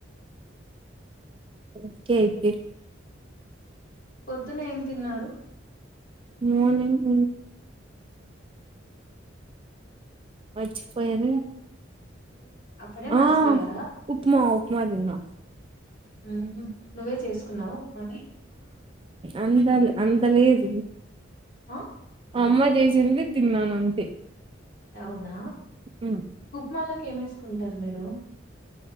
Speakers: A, on the right (about 25°); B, on the left (about 45°).
A: కతే
B: పొద్దున ఏం తిన్నారు
A: మార్నింగ్ వచిపోయారు
B: అప్పుడే
A: హా
B: మర్చిపోయారా
A: ఉప్మా సుమదిన్మా
B: ఆహ నువ్వే చేసుకున్నావు అని ఉప్మాని
A: అంద అంతలా ఏదు
B: ఆ
A: అమ్మ చేసింది తిన్నానంతే
B: అవునా
A: అ
B: ఉప్మాలోకి ఏమేసుకుంటారు మీరు